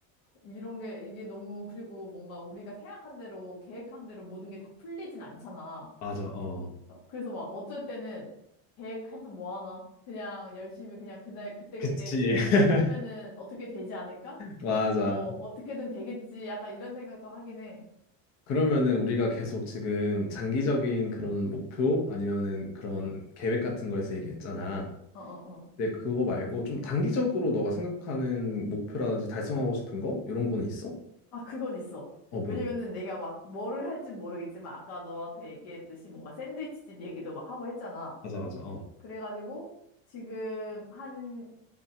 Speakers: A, on the left (about 60°); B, on the left (about 40°).
A: 이런 게, 이게 너무, 그리고 뭔가 우리가 생각한 대로, 계획한 대로 모든 게 다 풀리진 않잖아.
B: 맞아, 어.
A: 어, 그래서 막 어쩔 때는 계획해서 뭐 하나? 그냥 열심히 그냥 그날 그때그때
B: 그치,
A: 즐기면서
B: <laughs>
A: 살면은 어떻게 되지 않을까?
B: 맞아.
A: 뭐, 어떻게든 되겠지. 약간 이런 생각도 하긴 해.
B: 그러면은 우리가 계속 지금 장기적인 그런 목표 아니면은 그런
A: 응,
B: 계획 같은 거에서 얘기했잖아.
A: 어, 어, 어.
B: 근데 그거 말고 좀 단기적으로 너가 생각하는 목표라든지 달성하고 싶은 거? 이런 거는 있어?
A: 아, 그건 있어.
B: 어, 뭔데?
A: 왜냐면은 내가 막 뭐를 할진 모르겠지만 아까 너한테 얘기했듯이 뭔가 샌드위치집 얘기도 막 하고 했잖아.
B: 맞아, 맞아, 어.
A: 그래가지고 지금 한